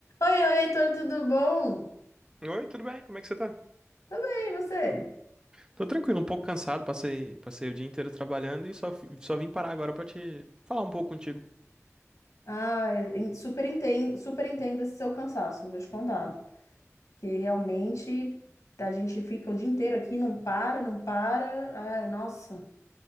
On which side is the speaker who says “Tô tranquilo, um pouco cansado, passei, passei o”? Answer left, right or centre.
Right